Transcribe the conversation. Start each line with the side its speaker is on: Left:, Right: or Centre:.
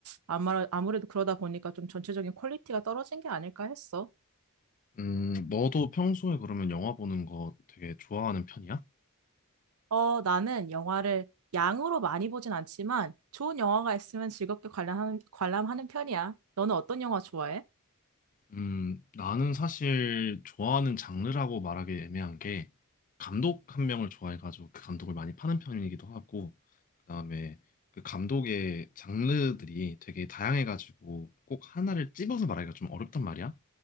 Right: 아마, 아무래도 그러다 보니까 좀 전체적인 퀄리티가 떨어진 게 아닐까 했어.
Left: 음, 너도 평소에 그러면 영화 보는 거 되게 좋아하는 편이야?
Right: 어, 나는 영화를 양으로 많이 보진 않지만 좋은 영화가 있으면 즐겁게 관람하는, 관람하는 편이야. 너는 어떤 영화 좋아해?
Left: 음, 나는 사실 좋아하는 장르라고 말하기 애매한 게 감독 한 명을 좋아해가지고 그 감독을 많이 파는 편이기도 하고 그다음에 그 감독의 장르들이 되게 다양해가지고 꼭 하나를 찝어서 말하기가 좀 어렵단 말이야.